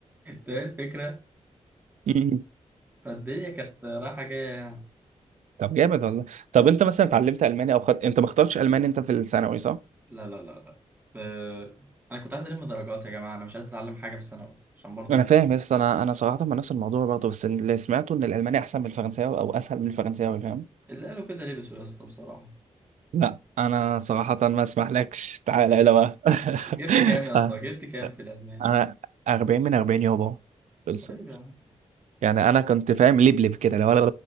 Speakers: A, on the right; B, on the right.
A: فاهم الفكره
B: م-م.
A: فالدنيا كانت رايحه جايه يعني
B: طب جامد والله طب انت مثلا اتعلمت الماني او خد... انت ما اخترتش الماني انت في الثانوي صح؟
A: لا لا لا لا آه، انا كنت عايز الم درجات يا جماعه انا مش عايز اتعلم حاجه في ثانوي عشان برضو
B: انا فاهم بس انا انا صراحه مع نفس الموضوع برضه بس اللي سمعته ان الالماني احسن من الفرنساوي او اسهل من الفرنساوي فاهم؟
A: اللي قالوا كده لبسوا يا اسطى بصراحه
B: لا انا صراحه ما اسمحلكش تعالى
A: ايوه
B: الى بقى
A: جبت كام يا
B: <laughs>
A: اسطى
B: آه،
A: جبت كام في الالمان
B: انا 40 من 40 يابا خلصت
A: طيب يا عم
B: يعني انا كنت فاهم لبلب كده لو